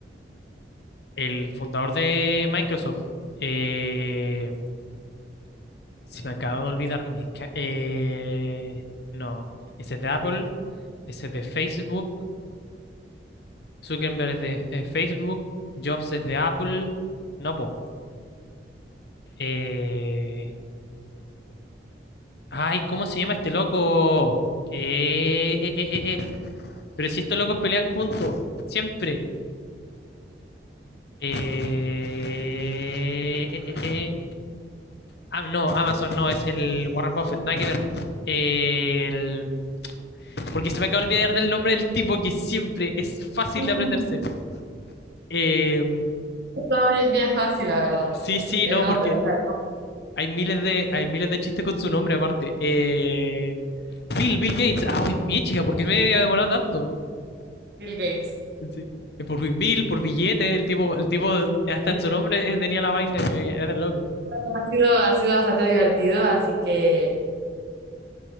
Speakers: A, on the left; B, on the right.
A: El fundador de Microsoft, eh, Se me acaba de olvidar mi... ca- eh, no, ese es de Apple, ese es de Facebook, Zuckerberg es de eh, Facebook, Jobs es de Apple, no, po. Eh, ay, ¿cómo se llama este loco? Eh, eh, eh, eh, eh, Pero si estos locos pelean juntos, siempre. Eh, eh, eh, eh. Ah, no, Amazon no, es el Warren Buffett, nada que ver. El- Porque se me acaba de olvidar del nombre del tipo que siempre es fácil
B: <laughs>
A: de aprenderse. Eh,
B: Estaba bien, bien fácil, la verdad.
A: sí, sí,
B: El
A: no,
B: nombre,
A: porque
B: o sea, el nombre
A: hay miles de, hay miles de chistes con su nombre aparte. Eh, Bill, Bill Gates. Ay, mi chica, ¿por qué me he demorado tanto?
B: Bill Gates.
A: Sí. Es Por Bill, por billete, el tipo, el tipo, hasta
B: Sí.
A: en su nombre eh, tenía la vaina que era de loco.
B: Bueno, ha sido, ha sido bastante divertido, así que